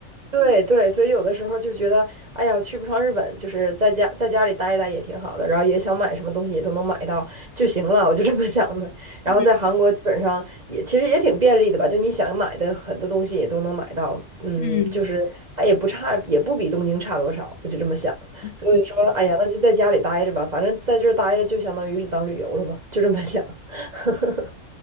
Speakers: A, on the right; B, on the left.
A: 对对，所以有的时候就觉得，哎呀，去不上日本，就是在家在家里待一待也挺好的，然后也想买什么东西也都能买到就行了，我就这么想的。然后在韩国基本上也其实也挺便利的吧，
B: 嗯
A: 就你想买的很多东西也都能买到，嗯，
B: 嗯，
A: 就是它也不差，也不比东京差多少，我就这么想。所以说，
B: 是，
A: 哎呀，那就在家里待着吧，反正在这儿待着就相当于是当旅游了吧，就这么想。<laughs>